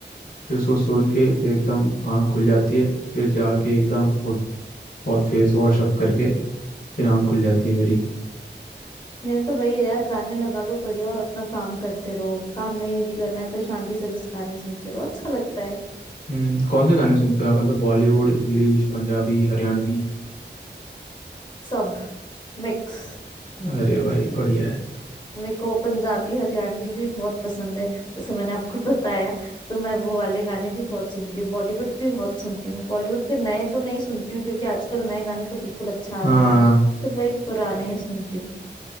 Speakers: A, on the left (about 50°); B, on the left (about 25°).
A: फिर उसको सुन के फिर एकदम आँख खुल जाती है फिर जाके एकदम फेस वॉश अप करके फिर आँख खुल जाती है मेरी
B: मेरे तो वही है यार गाने लगा लो बढ़िया और अपना काम करते रहो काम नहीं भी करना है तो शांति से बस गाने सुनते रहो अच्छा लगता है
A: हम्म कौन से गाने सुनते हो आप मतलब बॉलीवुड इंग्लिश पंजाबी हरियाणवी
B: सब मिक्स
A: अरे भाई बढ़िया है
B: मेरे को पंजाबी हरियाणवी भी बहुत पसंद है जैसे मैंने आपको बताया तो मैं वो वाले गाने भी बहुत सुनती हूँ बॉलीवुड भी बहुत सुनती हूँ बॉलीवुड के नए तो नहीं सुनती हूँ क्योंकि आजकल नए गाने तो बिल्कुल अच्छा आ
A: हाँ
B: नहीं रहे तो वही
A: अरे
B: पुराने
A: तो नहीं
B: ही सुनती हूँ